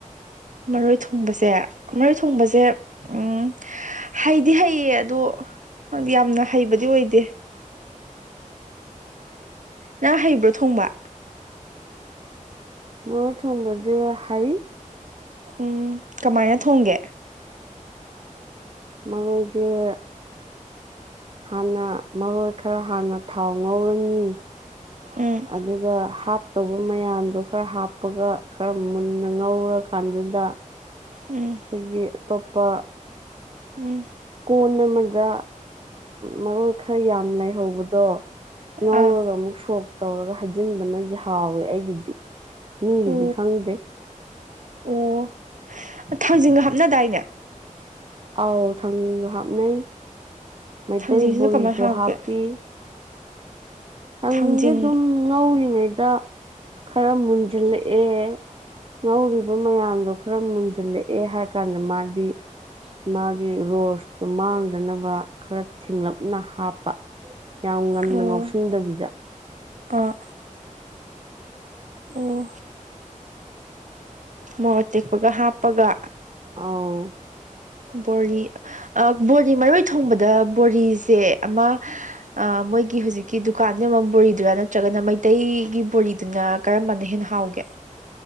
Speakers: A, on the right; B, on the right.
A: ꯃꯔꯣꯏ ꯊꯣꯡꯕꯁꯦ ꯃꯔꯣꯏ ꯊꯣꯡꯕꯁꯦ ꯎꯝ ꯍꯩꯗꯤ ꯍꯩꯌꯦ ꯑꯗꯣ ꯌꯥꯝꯅ ꯍꯩꯕꯗꯤ ꯑꯣꯏꯗꯦ ꯅꯪ ꯍꯩꯕ꯭ꯔꯣ ꯊꯣꯡꯕ
B: ꯃꯣꯏ ꯊꯣꯡꯕꯗꯤ ꯍꯩ
A: ꯎꯝ ꯀꯃꯥꯏꯅ ꯊꯣꯡꯒꯦ
B: ꯃꯔꯣꯏꯖꯦ ꯍꯥꯟꯅ ꯃꯔꯣꯏ ꯈꯔ ꯍꯥꯟꯅ ꯊꯥꯎ ꯉꯧꯔꯅꯤ ꯎꯝ
A: ꯎꯝ
B: ꯑꯗꯨꯒ ꯍꯥꯞ ꯇꯧꯕ ꯃꯌꯥꯝꯗꯣ ꯈꯔ ꯍꯥꯞꯄꯒ ꯈꯔ ꯃꯨꯟꯅ ꯉꯧꯔꯀꯥꯟꯗꯨꯗ
A: ꯎꯝ
B: ꯑꯩꯈꯣꯏꯒꯤ ꯑꯇꯣꯞꯄ
A: ꯎꯝ
B: ꯀꯣꯟ ꯑꯃꯗ ꯃꯔꯣꯏ ꯈꯔ ꯌꯥꯝ ꯂꯩꯍꯧꯕꯗꯣ ꯉꯧꯔꯒ
A: ꯑꯥ
B: ꯑꯃꯨꯛ ꯁꯣꯛ ꯇꯧꯔꯒ ꯍꯩꯖꯤꯟꯕꯅꯗꯤ ꯍꯥꯎꯋꯦ ꯑꯩꯒꯤꯗꯤ ꯃꯤꯒꯤꯗꯤ
A: ꯑꯣ
B: ꯈꯪꯗꯦ
A: ꯑꯣ ꯊꯥꯡꯖꯤꯡꯒ ꯍꯥꯞꯅꯗꯥꯏꯅꯦ
B: ꯑꯥꯎ ꯊꯥꯡꯖꯤꯡꯁꯨ ꯍꯥꯞꯅꯩ ꯃꯩꯇꯩ
A: ꯊꯥꯡꯖꯤꯡꯁꯤꯅ
B: ꯕꯣꯔꯤꯁꯨ
A: ꯀꯃꯥꯏꯅ ꯍꯥꯞꯀꯦ
B: ꯍꯥꯞꯄꯤ ꯀꯛꯖꯤꯡꯖꯦ
A: ꯊꯥꯡꯖꯤꯡ
B: ꯑꯗꯨꯝ ꯉꯧꯔꯤꯉꯩꯗ ꯈꯔ ꯃꯨꯟꯖꯤꯜꯂꯛꯑꯦ ꯉꯧꯔꯤꯕ ꯃꯌꯥꯝꯗꯣ ꯈꯔ ꯃꯨꯟꯁꯤꯜꯂꯛꯑꯦ ꯍꯥꯏ ꯀꯥꯟꯗ ꯃꯥꯗꯤ ꯃꯥꯒꯤ ꯔꯣꯁꯇꯣ ꯃꯥꯡꯗꯅꯕ ꯈꯔ ꯊꯤꯡꯂꯞꯅ ꯍꯥꯞꯄ ꯌꯥꯝ ꯉꯟꯅ
A: ꯑꯣ
B: ꯉꯧꯁꯤꯟꯗꯕꯤꯗ
A: ꯑꯥ ꯑꯣ ꯃꯣꯔꯣꯛ ꯑꯇꯦꯛꯄꯒ ꯍꯥꯄꯒ
B: ꯑꯥꯎ
A: ꯕꯣꯔꯤ ꯑ ꯕꯣꯔꯤ ꯃꯔꯣꯏ ꯊꯣꯡꯕꯗ ꯕꯣꯔꯤꯁꯦ ꯑꯃ ꯑ ꯃꯣꯏꯒꯤ ꯍꯧꯖꯤꯛꯀꯤ ꯗꯨꯀꯥꯟꯗ ꯌꯣꯟꯕ ꯕꯣꯔꯤꯗꯨꯔꯥ ꯅꯠꯇ꯭ꯔꯒꯅ ꯃꯩꯇꯩꯒꯤ ꯕꯣꯔꯤꯗꯨꯅ ꯀꯔꯝꯕꯅ ꯍꯦꯟꯅ ꯍꯥꯎꯒꯦ